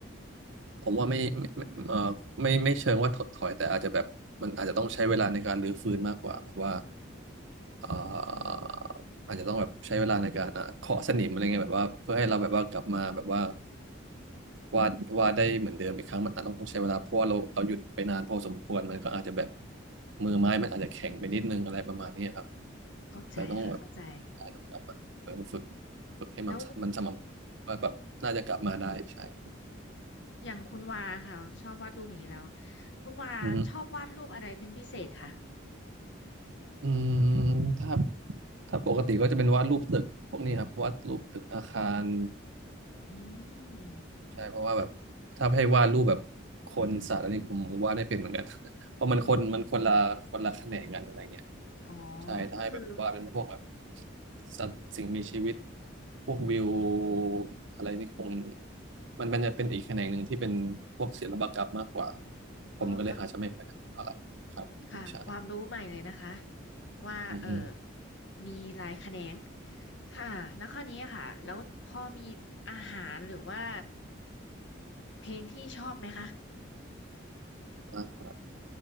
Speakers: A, on the right; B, on the left.
A: ผมว่าไม่ไม่ไม่เอ่อไม่ไม่เชิงว่าถดถอยแต่อาจจะแบบมันอาจจะต้องใช้เวลาในการรื้อฟื้นมากกว่าแบบว่าเอ่
B: อืมอืม
A: ออาจจะต้องแบบใช้เวลาในการอ่ะเคาะสนิมอะไรเงี้ยแบบว่าเพื่อให้เราแบบว่ากลับมาแบบว่า วาดวาดได้เหมือนเดิมอีกครั้งมันอาจต้องใช้เวลาเพราะว่าเราเราหยุดไปนานพอสมควรมันก็อาจจะแบบมือไม้มันอาจจะแข็งไปนิดนึงอะไรประมาณนี้ครับ
B: อืมอืมอืมอืมเข้าใจค่ะเข้าใจ
A: เราต้องแบบอาจจะต้องกลับมาเออฝึกฝึกให้มันมันสม่ำว่าแบบน่าจะกลับมาได้ใช่
B: แล้วอย่างคุณวาค่ะชอบวาดรูปอย่างนี้แล้ว คุณวาชอบวาดรูปอะไรเป็นพิเศษคะ
A: อือฮึอืมถ้าถ้าปกติก็จะเป็นวาดรูปตึกพวกนี้ครับวาดรูปตึกอาคาร
B: อืม
A: ใช่เพราะว่าแบบถ้าให้วาดรูปแบบคนสัตว์อะไรผมวาดไม่เป็นเหมือนกัน <laughs> เพราะมันคนมันคนละคนละแขนงกันอะไรเงี้ย
B: อืมอ๋อ
A: ใช่ถ้าให้แบบวาดเป็นพวกแบบ
B: ก็คือ
A: สัตว์สิ่งมีชีวิตพวกวิว
B: อืม
A: อะไรนี่คงมันเป็นจะเป็นอีกแขนงหนึ่งที่เป็นพวกศิลปกรรมมากกว่า
B: ก็เขา
A: ผมก็เลยอาจจะไม่ค่อยได้เท่าไหร่ครับใช่
B: ค่ะความรู้ใหม่เลยนะคะว่าเออ
A: อืมอืม
B: มีหลายแขนงค่ะแล้วข้อนี้ค่ะแล้วพอมีอาหารหรือว่าเพลงที่ชอบไหมคะ
A: อ่ะ